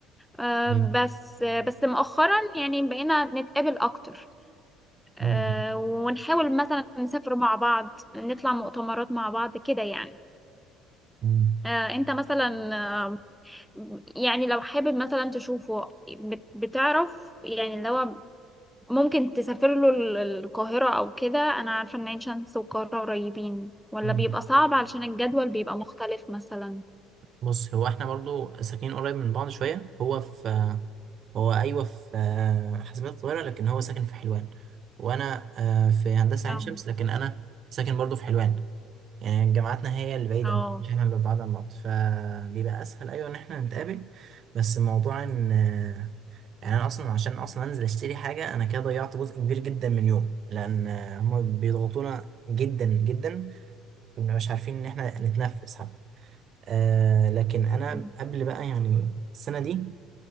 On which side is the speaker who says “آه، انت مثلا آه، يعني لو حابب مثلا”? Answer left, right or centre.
Centre